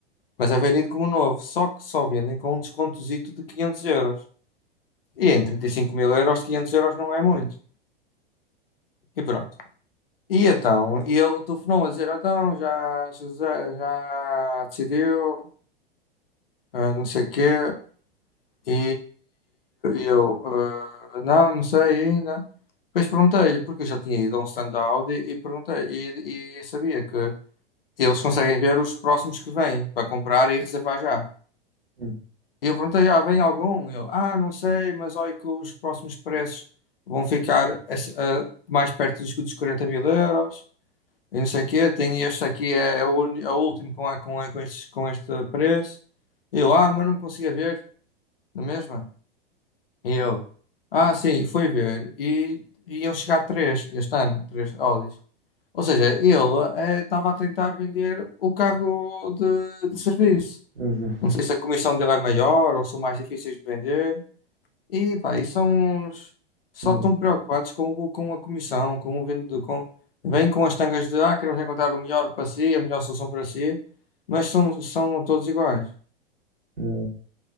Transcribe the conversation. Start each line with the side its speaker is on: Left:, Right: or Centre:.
Left: mas é vendido como novo, só que só vendem com um descontozito de 500 euros. E em 35 mil euros, 500 euros não é muito. E pronto. E então, e ele telefonou a dizer, então, já, já, já decidiu, ah, não sei o quê, E eu, ah, não, não sei ainda. Depois perguntei, porque eu já tinha ido a um stand da Audi e perguntei, e, e sabia que eles conseguem ver os próximos que vêm para comprar e reservar já.
Right: Hum,
Left: E eu perguntei, ah, vem algum? Eu, ah, não sei, mas olha que os próximos preços vão ficar a- a- mais perto dos, dos 40 mil euros, e não sei o quê. Tem este aqui, é, é o, uni- é o último com, a- com, a- com, estes- com este preço. E eu, ah, mas não me conseguia ver, não é mesmo? E eu, ah, sim, fui ver. E iam chegar três este ano, três Audis. Ou seja, ele eh, estava a tentar vender o carro de, de serviço.
Right: mas,
Left: Não sei se a comissão dele é maior ou são mais difíceis de vender. E pá, e são uns. Só
Right: hum,
Left: estão preocupados com, o- com a comissão, com o vendedor. Com, vêm com as tangas de, ah, queremos encontrar o melhor para si, a melhor solução para si. Mas são, são todos iguais.
Right: hum,